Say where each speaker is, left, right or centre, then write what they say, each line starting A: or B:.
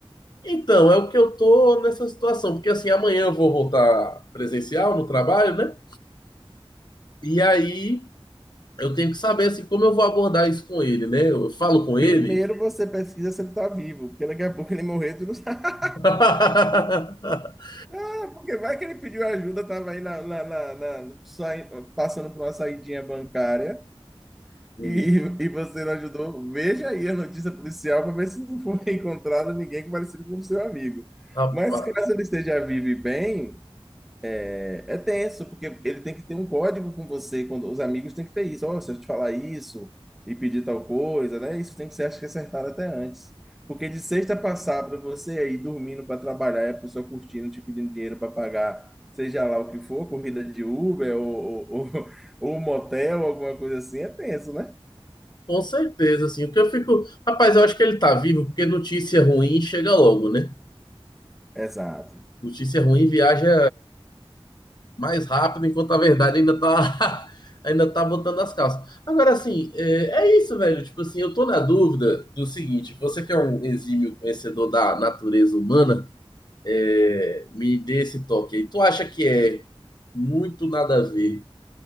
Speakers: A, on the left; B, in the centre.
A: Então, é o que eu tô nessa situação, porque assim, amanhã eu vou voltar presencial no trabalho, né? E aí eu tenho que saber assim como eu vou abordar isso com ele, né? Eu falo com ele.
B: Primeiro você pesquisa se ele tá vivo, porque daqui a pouco ele morrer, tu não sabe.
A: <laughs>
B: <laughs> Porque vai que ele pediu ajuda, tava aí na, na, na, na- saindo- passando por uma saidinha bancária.
A: Hum,
B: E, e você não ajudou? Veja aí a notícia policial para ver se não foi <laughs> encontrado ninguém parecido com o seu amigo.
A: Rapaz,
B: Mas caso ele esteja vivo e bem, é, é tenso, porque ele tem que ter um código com você, quando os amigos têm que ter isso. Ó, se eu te falar isso e pedir tal coisa, né? Isso tem que ser, acho que, acertado até antes. Porque de sexta para sábado, você aí dormindo para trabalhar, e a pessoa curtindo, te pedindo dinheiro para pagar, seja lá o que for, corrida de Uber ou, ou, ou <laughs> ou motel, alguma coisa assim, é tenso, né?
A: com certeza, assim, porque eu fico, rapaz, eu acho que ele tá vivo, porque notícia ruim chega logo, né?
B: Exato.
A: Notícia ruim viaja mais rápido, enquanto a verdade ainda tá, <laughs> ainda tá botando as calças. Agora, assim, é, é isso, velho. Tipo assim, eu tô na dúvida do seguinte: você que é um exímio conhecedor da natureza humana, é, me dê esse toque aí. Tu acha que é muito nada a ver